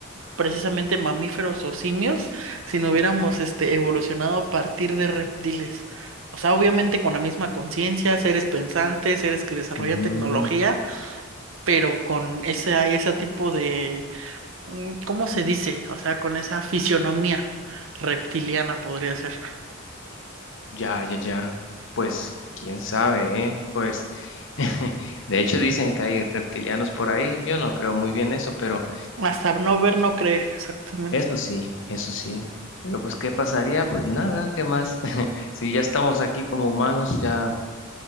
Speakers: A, on the right (about 70°); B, on the left (about 65°).
A: precisamente mamíferos o simios si no hubiéramos este, evolucionado a partir de reptiles. O sea, obviamente con la misma conciencia, seres pensantes, seres que desarrollan
B: Mm,
A: tecnología, pero con ese, ese tipo de, mm, ¿cómo se dice? O sea, con esa fisionomía reptiliana podría ser.
B: ya, ya, ya. Pues, quién sabe, ¿eh? Pues, <laughs> de hecho dicen que hay reptilianos por ahí. Yo no creo muy bien eso, pero...
A: Hasta no ver, no creer, exactamente.
B: Eso sí, eso sí. Pero pues, ¿qué pasaría? Pues nada, ¿qué más? <laughs> Si ya estamos aquí como humanos, ya,